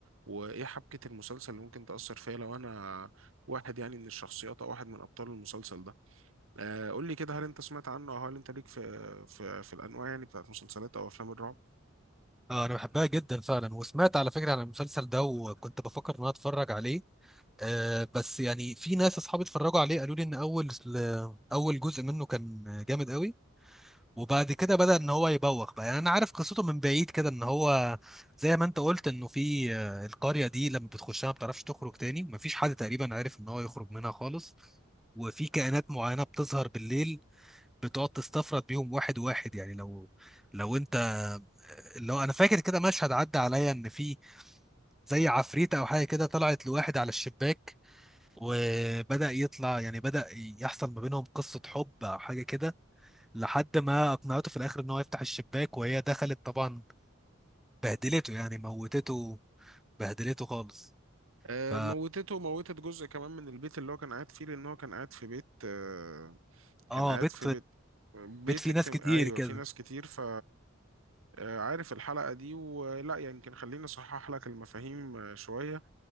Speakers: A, on the right; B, in the centre.
A: وإيه حبكة المسلسل اللي ممكن تأثر فيا لو أنا واحد يعني من الشخصيات أو واحد من أبطال المسلسل ده آه، قول لي كده هل أنت سمعت عنه أو هل أنت ليك في في, في الأنواع يعني بتاعت مسلسلات أو أفلام الرعب؟
B: اه انا بحبها جدا فعلا وسمعت على فكره عن المسلسل ده وكنت بفكر ان انا اتفرج عليه آه بس يعني في ناس اصحابي اتفرجوا عليه قالوا لي ان اول اول جزء منه كان جامد قوي وبعد كده بدأ ان هو يبوخ بقى يعني انا عارف قصته من بعيد كده ان هو زي ما انت قلت انه في آه، القرية دي لما بتخشها ما بتعرفش تخرج تاني مفيش حد تقريبا عارف ان هو يخرج منها خالص وفي كائنات معينة بتظهر بالليل بتقعد تستفرد بيهم واحد واحد يعني لو لو انت لو انا فاكر كده مشهد عدى عليا ان في زي عفريتة او حاجه كده طلعت لواحد على الشباك وبدأ يطلع يعني بدأ يحصل ما بينهم قصة حب او حاجه كده لحد ما اقنعته في الاخر ان هو يفتح الشباك وهي دخلت طبعا بهدلته يعني موتته بهدلته خالص
A: آه،
B: ف
A: موتته وموتت جزء كمان من البيت اللي هو كان قاعد فيه لان هو كان قاعد في بيت آه، كان
B: اه
A: قاعد
B: بيت
A: في بيت بيت
B: بيت فيه
A: اجتماع
B: ناس كتير
A: ايوه
B: كده
A: في ناس كتير ف آه، عارف الحلقة دي ولا يمكن خليني اصحح لك المفاهيم آه، شوية